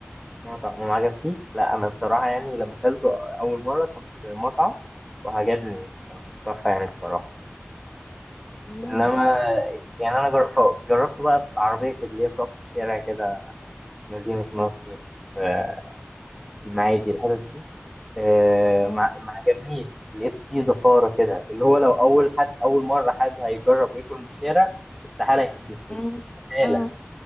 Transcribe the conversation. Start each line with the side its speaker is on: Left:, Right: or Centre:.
Centre: مطعم وما عجبكيش؟ لا أنا بصراحة يعني لما أكلته أول مرة كان في مطعم وعجبني كان تحفة يعني بصراحة
Left: مم.
Centre: إنما يعني أنا جر- ف- جربته بقى في عربية كده اللي هي بتقف في الشارع كده في مدينة نصر في المعادي الحتت دي آه،
Left: مم.
Centre: ما ما عجبنيش لقيت فيه زفارة كده اللي هو لو أول حد أول مرة حد هيجرب وياكل من الشارع استحالة يحب السوشي
Left: مم.
Centre: استحالة
Left: مم.